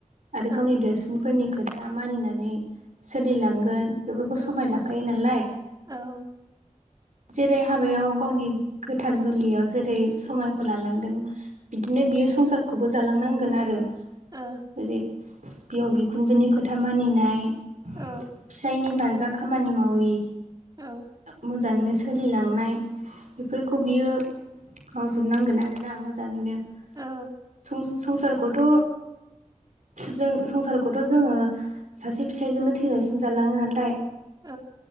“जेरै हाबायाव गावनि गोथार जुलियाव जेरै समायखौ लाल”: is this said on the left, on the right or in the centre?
Right